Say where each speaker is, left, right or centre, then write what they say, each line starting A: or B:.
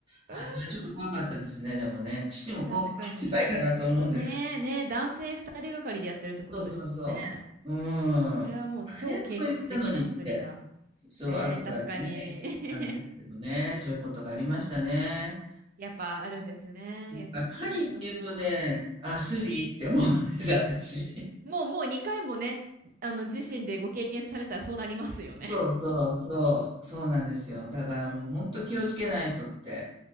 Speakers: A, on the right (about 25°); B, on the right (about 45°).
A: あれはちょっと怖かったですね、
B: うーん
A: でもね。父も怖かったんじゃないかなと思うんですけど。
B: 確かに。ねえ、ねえ、男性二人がかりでやってるってことですもんね。
A: そうそうそう。うん。
B: それはもう超計画的なスリだ。
A: あれもと言ったのにって、そう、
B: ねえ、
A: 後からね、
B: 確かに。
A: 言ってたんですけどね。
B: <laughs>
A: そういうことがありましたね。
B: やっぱあるんですね。いや、気をつけないとだな。
A: あパリって言うとね、あ、スリーって思うんです、
B: うん。
A: 私。
B: もう、もう2回もね、あの、自身でご経験されたらそうなりますよね。
A: そうそうそう、そうなんですよ。だからもう本当気をつけないとって。